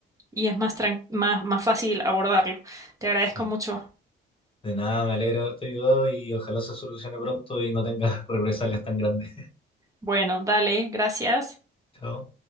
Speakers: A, on the right; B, on the left.
A: y es más, tran- más, más fácil abordarlo. Te agradezco
B: Sí.
A: mucho.
B: De nada, me alegra haberte ayudado y ojalá se solucione pronto y no tengas <laughs> represalias tan grandes. <laughs>
A: Bueno, dale, gracias.
B: Chao.